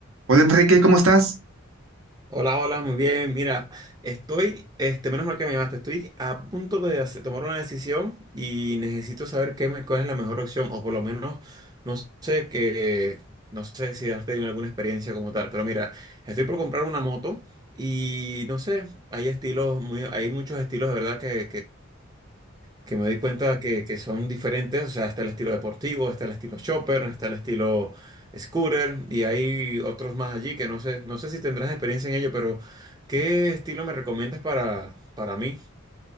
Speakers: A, on the right; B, on the right.
A: Hola Enrique, ¿cómo estás?
B: Hola, hola, muy bien. Mira, estoy, este, menos mal que me llamaste, estoy a punto de hacer- tomar una decisión y necesito saber qué me, cuál es la mejor opción, o por lo menos, no sé que, no sé si has tenido alguna experiencia como tal, pero mira, estoy por comprar una moto y no sé, hay estilos muy, hay muchos estilos de verdad que, que me doy cuenta que, que son diferentes, o sea, está el estilo deportivo, está el estilo chopper, está el estilo scooter y hay otros más allí que no sé, no sé si tendrás experiencia en ello, pero ¿qué estilo me recomiendas para, para mí?